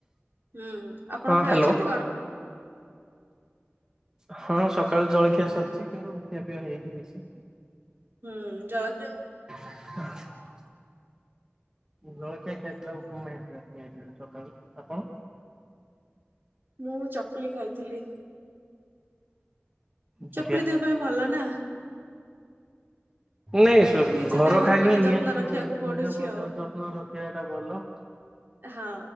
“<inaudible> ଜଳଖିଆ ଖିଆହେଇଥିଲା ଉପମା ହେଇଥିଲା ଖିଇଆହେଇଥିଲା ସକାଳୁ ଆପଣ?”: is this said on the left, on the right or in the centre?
Right